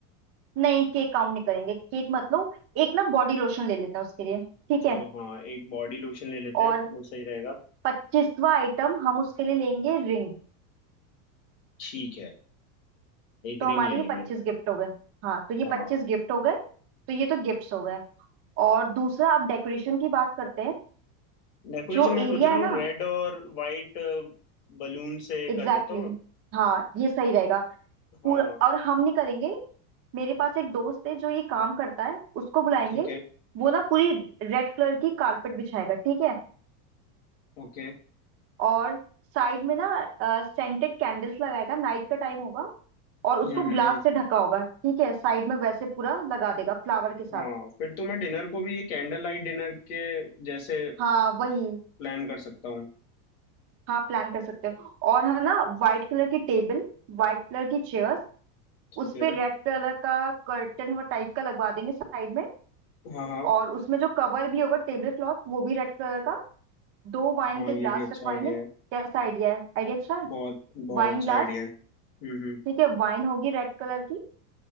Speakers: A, on the right; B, on the left.
A: नहीं केक काउंट नहीं करेंगे केक मतलब एक ना बॉडी लोशन ले लेते हैं उसके लिए ठीक
B: चलो
A: है
B: हाँ एक बॉडी लोशन ले लेते हैं
A: और
B: वो सही रहेगा
A: पच्चीसवा आइटम हम उसके लिए लेंगे रिंग
B: ठीक है एक
A: तो हमारे
B: रिंग ले लेंगे
A: ये पच्चीस गिफ्ट हो गए हाँ तो ये
B: हाँ
A: पच्चीस गिफ्ट हो गए तो ये तो गिफ्ट्स हो गए और दूसरा अब डेकोरेशन की बात करते हैं
B: डेकोरेशन
A: जो
B: मैं
A: एरिया
B: सोच रहा
A: है
B: हूँ
A: ना
B: रेड और वाइट बलून से
A: एग्जैक्टली
B: कर देता हूँ
A: exactly, हाँ ये सही रहेगा
B: हाँ
A: पूरा और हम नहीं करेंगे मेरे पास एक दोस्त है जो ये काम करता है उसको बुलाएंगे
B: ठीक है
A: वो ना पूरी रेड कलर की कारपेट बिछाएगा ठीक है
B: ओके
A: और साइड में ना सेंटेड कैंडल्स लगाएगा नाइट का टाइम होगा और उसको
B: हम्म हम्म
A: ग्लास
B: हम्म
A: से ढका होगा ठीक है साइड में वैसे पूरा लगा देगा फ्लावर के साथ
B: हाँ फिर तो मैं डिनर को भी ये कैंडल लाइट डिनर के जैसे
A: हाँ वही
B: प्लान कर सकता हूँ
A: हाँ प्लान कर सकते हो और है ना व्हाइट कलर की टेबल व्हाइट कलर की चेयर्स
B: ठीक
A: उस
B: है
A: पे रेड कलर का कर्टन वो टाइप का लगवा देंगे साइड में
B: हाँ हाँ
A: और उसमें जो कवर भी होगा टेबल क्लॉथ वो भी रेड कलर का दो वाइन
B: हाँ
A: के
B: ये
A: ग्लास
B: भी अच्छा
A: रखवाएंगे
B: आइडिया है
A: कैसा आइडिया है आइडिया अच्छा है
B: बहुत बहुत
A: Wine
B: अच्छा
A: glass
B: आइडिया है हम्म हम्म
A: ठीक है वाइन होगी रेड कलर की